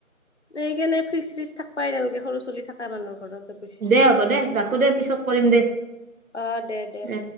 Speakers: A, on the left; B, on the right.
A: এইকাৰণে ফ্ৰিজ চ্ৰিজ থাক বাই নালাগে সৰু ছোৱালী থাকা মানুহৰ ঘৰত। অৱশ্যে
B: দে' হ'ব দে' ৰাখো দে' পিছত কৰিম দে'।
A: অ' দে'
B: এ
A: দে'।